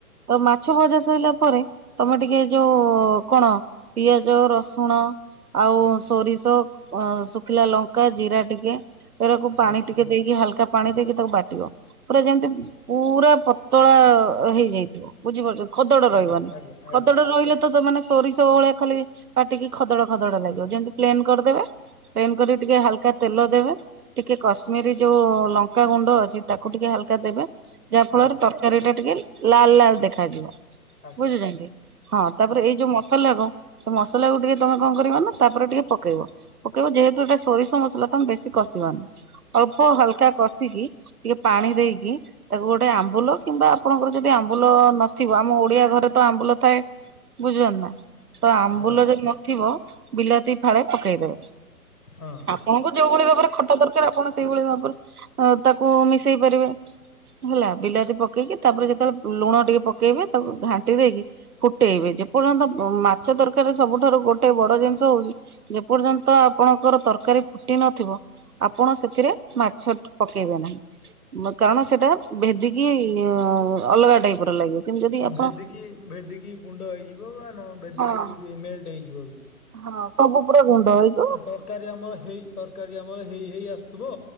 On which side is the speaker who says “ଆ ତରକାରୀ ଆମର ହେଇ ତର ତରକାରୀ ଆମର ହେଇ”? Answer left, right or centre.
Left